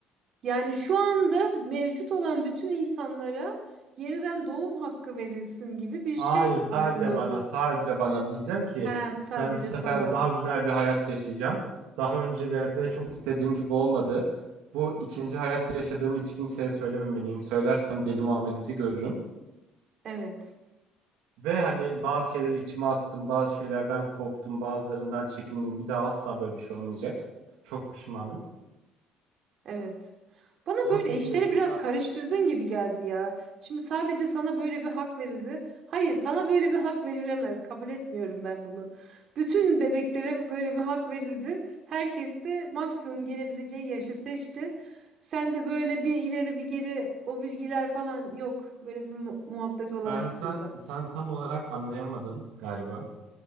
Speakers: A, on the right; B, on the right.
A: Yani şu anda mevcut olan bütün insanlara yeniden doğum hakkı verilsin gibi bir şey
B: Hayır sadece
A: aslında
B: bana
A: bu.
B: sadece bana diyeceğim ki
A: He, bu sadece
B: ben bu sefer
A: sana.
B: daha güzel bir hayat yaşayacağım. Daha öncelerde çok istediğim gibi olmadı. Bu ikinci hayatı yaşadığımı hiç kimseye söylememeliyim. Söylersem deli muamelesi görürüm.
A: Evet.
B: Ve hani bazı şeyleri içime attım, bazı şeylerden korktum, bazılarından çekindim. Bir daha asla böyle bir şey olmayacak. Çok pişmanım.
A: Evet. Bana
B: 18
A: böyle işleri
B: yaşımda
A: biraz karıştırdığın gibi geldi ya. Şimdi sadece sana böyle bir hak verildi. Hayır, sana böyle bir hak verilemez. Kabul etmiyorum ben bunu. Bütün bebeklere böyle bir hak verildi. Herkes de maksimum gelebileceği yaşı seçti. Sen de böyle bir ileri bir geri o bilgiler falan yok. Böyle bir mu- muhabbet olamaz
B: ben sen
A: burada.
B: sen tam olarak anlayamadın galiba.